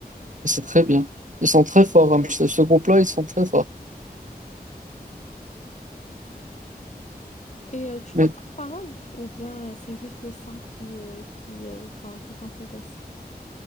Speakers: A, on the right (about 50°); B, on the left (about 45°).
A: Et c'est très bien. Ils sont très forts, Rammstein. Ce groupe-là, ils sont très forts.
B: Et euh, tu
A: Mais
B: comprends la parole? Ou bien euh, c'est juste le son qui, euh, qui, euh, enfin, qui t'intéresse?